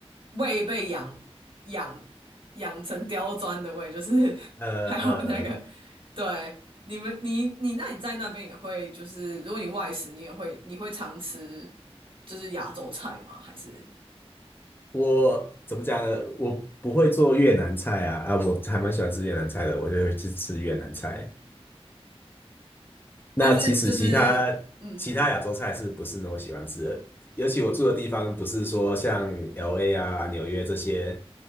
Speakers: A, on the right; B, on the left.
A: 胃被养养养成刁钻的胃，就是 <laughs>
B: <laughs> 呃呃。
A: 还有那个
B: 呃
A: 对你们你你那你在那边也会就是如果你外食，你也会你会常吃就是亚洲菜吗？还是？
B: 我怎么讲呢？我不会做越南菜啊，啊，我还蛮喜欢吃越南菜的，我就会去吃越南菜。那其实其他其他亚洲菜是不是那么喜欢吃的？
A: 但是就是，嗯，
B: 尤其我住的地方不是说像 LA 啊、纽约这些